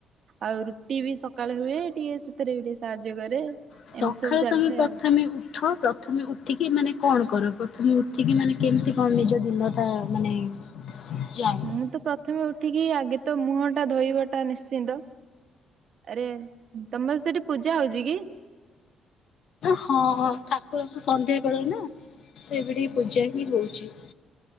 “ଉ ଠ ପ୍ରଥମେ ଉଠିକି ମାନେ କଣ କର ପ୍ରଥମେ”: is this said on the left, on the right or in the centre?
Left